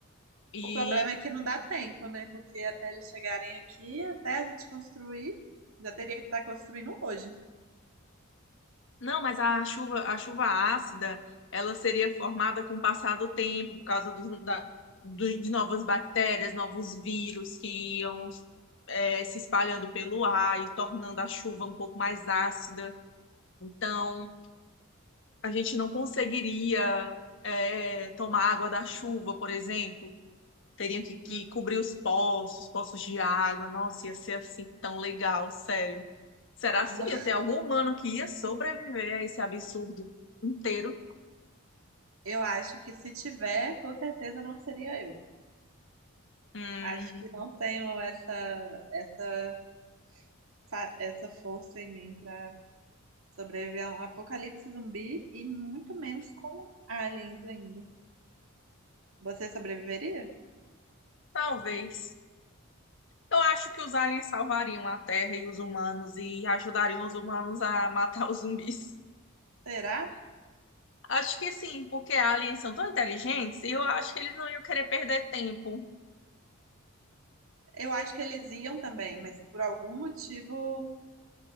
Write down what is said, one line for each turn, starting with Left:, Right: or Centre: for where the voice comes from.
Left: E
Right: O problema é que não dá tempo, né? Porque até eles chegarem aqui, até a gente construir, já teria que estar construindo hoje.
Left: não, mas a chuva, a chuva ácida, ela seria formada com o passar do tempo, por causa do, da, do- de novas bactérias, novos vírus que iam é, se espalhando pelo ar e tornando a chuva um pouco mais ácida. Então, a gente não conseguiria é, tomar água da chuva, por exemplo. Teriam que, que
Right: Hum,
Left: cobrir os poços, poços de água. Nossa, ia ser assim tão legal, sério. Será se
Right: não.
Left: ia
Right: <laughs>
Left: ter algum humano que ia sobreviver a esse absurdo inteiro?
Right: Eu acho que se tiver, com certeza não seria eu.
Left: Hum,
Right: Acho que não tenho essa essa fa- essa força em mim para sobreviver a um apocalipse zumbi e muito menos com aliens ainda. Você sobreviveria?
Left: talvez. Eu acho que os aliens salvariam a Terra e os humanos e ajudariam os humanos a <laughs> matar os zumbis.
Right: Será?
Left: Acho que sim, porque aliens são tão inteligentes e eu acho que eles não iam querer perder tempo.
Right: Eu acho que eles iam também, mas por algum motivo,